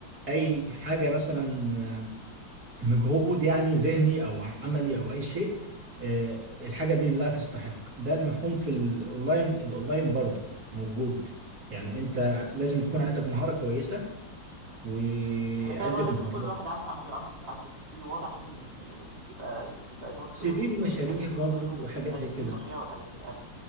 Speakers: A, on the right; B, on the right.
A: اي حاجه مثلا آه، مجهود يعني ذهني او عملي او اي شيء آه، الحاجه دي لا تستحق ده المفهوم في الاونلاين الاونلاين برضو موجود يعني انت لازم تكون عندك مهاره كويسه وعده
B: انا فاهم اه لازم
A: مهارات
B: يكون الواحد عنده عنده عنده عنده سي في واضح عشان ي- يبقى يبقى نوتسبل
A: سي في ومشاريع
B: ياخد
A: برضو
B: ياخد منه
A: وحاجات
B: اي
A: زي
B: سي في
A: كده
B: المشاريع والحاجات دي اي